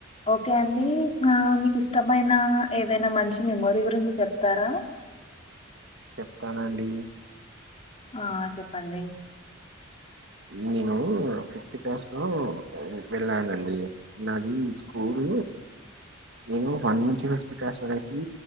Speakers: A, on the left; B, on the right.
A: ఓకే అండి ఆ మీకు ఇష్టమైన ఏదైనా మంచి మెమొరి గురించి చెప్తారా.
B: చెప్తానండి.
A: ఆ చెప్పండి.
B: నేను ఫిఫ్త్ క్లాస్ లో వెళ్ళానండి నాది స్కూల్ నేను వన్ నుంచి ఫిఫ్త్ క్లాస్ వరకి